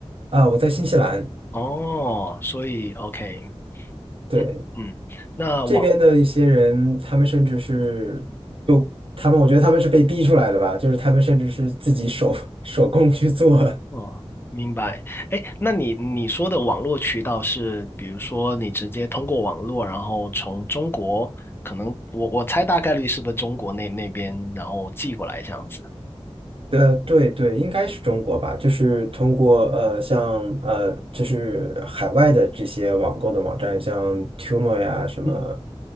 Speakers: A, on the right (about 60°); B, on the left (about 20°).
A: 啊，我在新西兰，
B: 哦，所以 OK，
A: 对，
B: 嗯嗯，那网
A: 这边的一些人，他们甚至是他们，我觉得他们是被逼出来的吧，就是他们甚至是自己手手工去做，
B: 哦，明白。哎，那你你说的网络渠道是，比如说你直接通过网络，然后从中国，可能我我猜大概率是不是中国那那边，然后寄过来这样子。
A: 呃，对对，应该是中国吧，就是通过呃，像呃，就是海外的这些网购的网站，像 Temu 呀什么，
B: 嗯